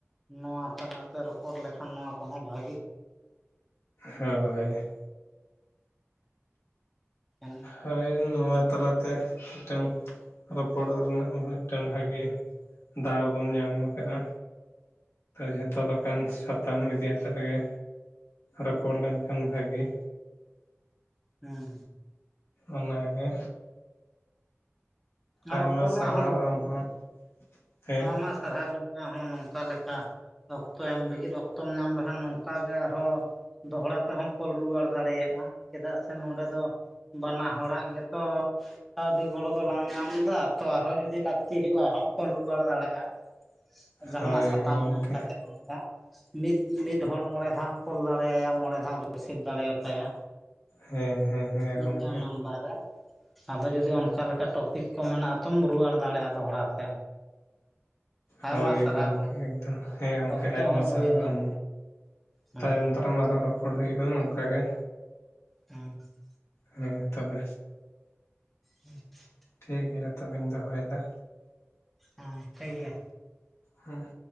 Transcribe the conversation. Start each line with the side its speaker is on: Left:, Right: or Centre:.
Centre: ᱱᱚᱣᱟ ᱛᱟᱞᱟᱛᱮ ᱨᱚᱯᱚᱲ ᱞᱮᱠᱷᱟᱱ ᱱᱚᱣᱟ ᱠᱚᱦᱚᱸ ᱵᱷᱟᱹᱜᱤ-ᱟ᱾
Left: ᱦᱳᱭ-᱾
Centre: ᱠᱟᱱᱟ
Left: ᱦᱳᱭ ᱱᱚᱣᱟ ᱛᱟᱞᱟᱛᱮ ᱢᱤᱫᱴᱟᱝ ᱨᱚᱯᱚᱲᱚᱜ ᱨᱮᱱᱟᱜ ᱢᱤᱫᱴᱟᱝ ᱵᱷᱟᱜᱮ ᱫᱟᱣ ᱵᱚᱱ ᱧᱟᱢ ᱠᱟᱜᱼᱟ᱾ ᱡᱷᱚᱛᱚ ᱞᱮᱠᱟᱱ ᱥᱟᱛᱟᱢ ᱤᱫᱤᱭᱛᱮᱫ ᱜᱮ᱾ ᱨᱚᱯᱚᱲ ᱞᱮᱱᱠᱷᱟᱱ ᱵᱷᱟᱹᱜᱮ᱾
Centre: ᱦᱩᱸᱻ᱾
Left: ᱚᱱᱟᱜᱮ᱾
Centre: ᱟᱨ
Left: ᱟᱭᱢᱟ
Centre: ᱨᱚᱯᱚᱲ
Left: ᱥᱟᱨᱦᱟᱣ
Centre: ᱨᱮᱱᱟᱜ ᱦᱚᱸ ᱞᱟᱹᱠᱛᱤ
Left: ᱟᱢ ᱦᱚᱸ᱾ ᱦᱮᱸ
Centre: ᱟᱭᱢᱟ ᱥᱟᱨᱦᱟᱣ ᱜᱚᱝᱠᱮ ᱟᱢ ᱦᱚᱸ ᱱᱚᱝᱠᱟ ᱞᱮᱠᱟ᱾ ᱚᱠᱛᱚ ᱮᱢ ᱞᱟᱹᱜᱤᱫ ᱚᱠᱛᱚᱢ ᱧᱟᱢ ᱞᱮᱠᱷᱟᱱ ᱱᱚᱝᱠᱟ ᱜᱮ ᱟᱨᱦᱚᱸ ᱫᱚᱦᱚᱲᱟ ᱛᱮᱦᱚᱸᱚᱢ ᱠᱚᱞ ᱨᱩᱣᱟᱹᱲ ᱫᱟᱲᱮᱭᱟᱜᱼᱟ᱾ ᱪᱮᱫᱟᱜ ᱥᱮ ᱱᱚᱸᱰᱮ ᱫᱚ ᱵᱟᱱᱟ ᱦᱚᱲᱟᱜ ᱜᱮᱛᱚ ᱠᱟᱹᱣᱰᱤ ᱜᱚᱲᱚ ᱫᱚ ᱞᱟᱝ ᱧᱟᱢᱟ᱾ ᱫᱟ ᱛᱚ ᱟᱨᱦᱚᱸ ᱡᱩᱫᱤ ᱞᱟᱹᱠᱛᱤ ᱦᱩᱭᱩᱜᱼᱟ ᱟᱨᱦᱚᱢ ᱠᱚᱞ ᱨᱩᱣᱟᱹᱲ ᱫᱟᱲᱮᱭᱟᱜᱼᱟ᱾ ᱡᱟᱦᱱᱟᱜ
Left: ᱦᱳᱭ
Centre: ᱥᱟᱛᱟᱢ
Left: ᱜᱚᱢᱠᱮ
Centre: ᱧᱟᱢ ᱠᱟᱛᱮᱫ ᱚᱱᱠᱟ᱾ ᱢᱤᱫ ᱢᱤᱫ ᱦᱚᱲ ᱢᱚᱬᱮ ᱫᱷᱟᱣᱟᱢ ᱠᱚᱞ ᱫᱟᱲᱮ ᱭᱟᱭᱟ ᱢᱚᱬᱮ ᱫᱷᱟᱣᱮᱢ ᱨᱤᱥᱤᱵᱷ ᱫᱟᱲᱮ ᱟᱛᱟᱭᱟ᱾
Left: ᱦᱮᱸ ᱦᱮᱸ ᱦᱮᱸ
Centre: ᱢᱤᱫᱴᱟᱝ
Left: ᱜᱚᱢᱠᱮ
Centre: ᱱᱟᱢᱵᱟᱨ ᱨᱮ ᱟᱫᱚ ᱡᱩᱫᱤ ᱚᱱᱠᱟᱞᱮᱠᱟ ᱴᱚᱯ ᱚᱱᱟ ᱟᱛᱚᱢ ᱨᱩᱣᱟᱹᱲ ᱫᱟᱲᱮᱭᱟᱜᱼᱟ ᱫᱚᱦᱲᱟ ᱛᱮ᱾ ᱟᱭᱢᱟ
Left: ᱦᱳᱭ
Centre: ᱥᱟᱨᱦᱟᱣ
Left: ᱜᱚᱢᱠᱮ ᱮᱠᱫᱚᱢ᱾ ᱦᱮᱸ ᱜᱚᱢᱠᱮ
Centre: ᱚᱠᱛᱚ
Left: ᱟᱭᱢᱟ
Centre: ᱦᱚᱸ
Left: ᱥᱟᱨᱦᱟᱣ
Centre: ᱦᱩᱭᱱᱟ ᱦᱮᱸ
Left: ᱛᱟᱭᱚᱢ ᱫᱟᱨᱟᱢ ᱟᱨᱦᱚᱸ ᱨᱚᱯᱚᱲ ᱦᱳᱭᱳᱜᱼᱟ ᱱᱚᱝᱠᱟ ᱜᱮ᱾
Centre: ᱦᱮᱸ <unintelligible>
Left: ᱦᱮ ᱛᱚᱵᱮ᱾
Centre: ᱦᱩᱸ <unintelligible>
Left: ᱴᱷᱤᱠ ᱜᱮᱭᱟ ᱛᱚᱵᱮᱧ ᱫᱚᱦᱚᱭ ᱫᱟ᱾
Centre: ᱦᱮᱸ ᱴᱷᱤᱠ ᱜᱮᱭᱟ᱾
Left: ᱦᱮᱸ